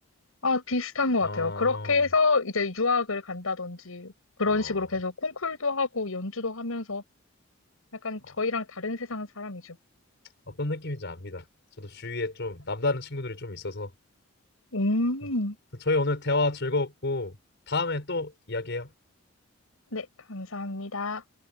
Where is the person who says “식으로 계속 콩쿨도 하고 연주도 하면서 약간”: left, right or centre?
Left